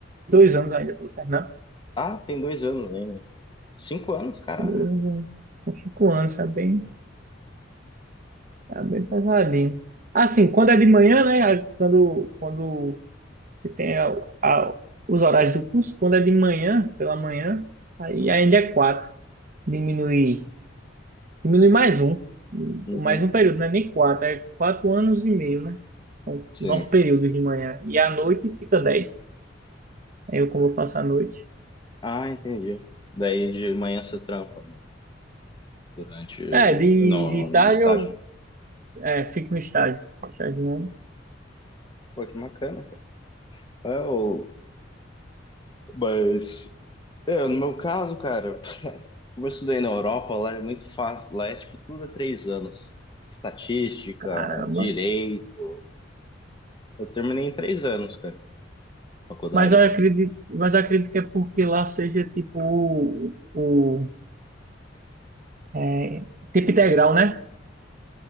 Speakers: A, on the right; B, on the left.
A: dois anos ainda pra eu terminar.
B: Ah, tem dois anos ainda. Cinco anos, caramba.
A: Tem Dois anos, São cinco anos, tá bem, tá bem pesadinho. Assim, quando é de manhã, né? Quando, quando Você tem a- a- os horários do curso, quando é de manhã, pela manhã, aí ainda é quatro. Diminui, diminui mais um.
B: Uhum,
A: Mais um período, não é nem quatro, é quatro anos e meio, né? São
B: sim.
A: nove períodos de manhã. E à noite fica dez. Aí eu, como eu faço à noite.
B: Ah, entendi. Daí de manhã você trampa durante.
A: É, de,
B: Não,
A: de
B: no
A: tarde
B: estágio.
A: eu é, fico no estágio. Estagiando.
B: Pô, que bacana, cara. É, o... Mas. É, no meu caso, cara, como eu estudei na Europa, lá é muito fácil. Lá é tipo tudo a três anos. Estatística,
A: Caramba.
B: direito. Eu terminei em três anos, cara, faculdade.
A: Mas eu acredito, mas eu acredito que é porque lá seja tipo o, o, é, tempo integral, né?